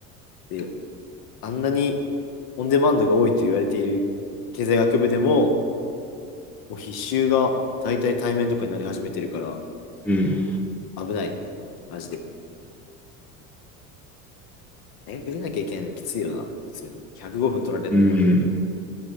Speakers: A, on the left (about 55°); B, in the centre.
A: で、あんなにオンデマンドが多いと言われている経済学部でも、もう必修が大体対面とかになり始めてるから、
B: うん。
A: 危ない。マジで。大学出なきゃいけないのきついよな。普通に。105分取られるのが。
B: うん。